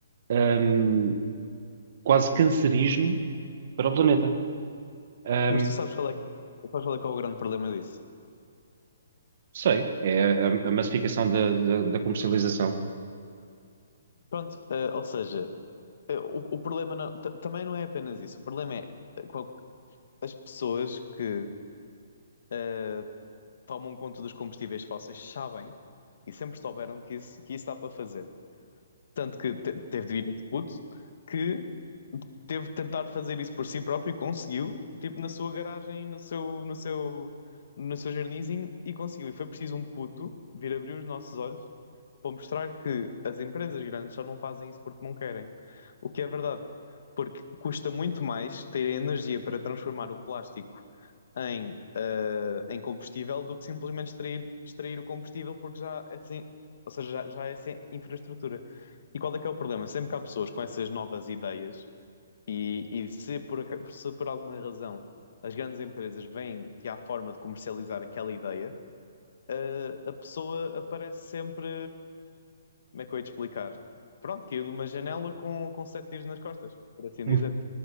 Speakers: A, on the right; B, on the left.
A: hum, quase cancerígeno para o planeta. Ahm,
B: Mas tu sabes qual é, que- sabes qual é que é o grande problema disso?
A: sei, é a, a massificação da, da, da comercialização.
B: Pronto, eh, ou seja, é, o, o problema não- ta- também não é apenas isso. O problema é eh, qual- as pessoas que eh, tomam conta dos combustíveis fósseis sabem e sempre souberam que isso, que isso dá para fazer. Tanto que te- teve de vir esse puto que teve de tentar fazer isso por si próprio e conseguiu, tipo, na sua garagem, no seu, no seu, no seu jardinzinho, e conseguiu. E foi preciso um puto vir abrir os nossos olhos para mostrar que as empresas grandes só não fazem isso porque não querem. O que é verdade, porque custa muito mais ter a energia para transformar o plástico em, ah, em combustível do que simplesmente extrair, extrair o combustível, porque já é sem, ou seja, já, já é sem infraestrutura. E qual é que é o problema? Sempre que há pessoas com essas novas ideias, e, e se por, aca- se por alguma razão as grandes empresas veem que há forma de comercializar aquela ideia, ah, a pessoa aparece sempre como é que eu ia te explicar? Pronto, caiu de uma janela com, com sete tiros nas costas, por assim
A: <laughs>
B: dizer.